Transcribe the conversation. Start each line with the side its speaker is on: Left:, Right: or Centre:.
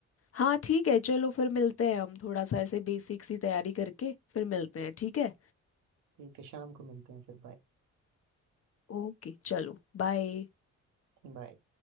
Left: हाँ ठीक है चलो फिर मिलते हैं हम थोड़ा सा ऐसे बेसिक सी तैयारी करके फिर मिलते हैं ठीक है
Right: ठीक है शाम को मिलते हैं फिर बाय
Left: ओके चलो बाय
Right: बाय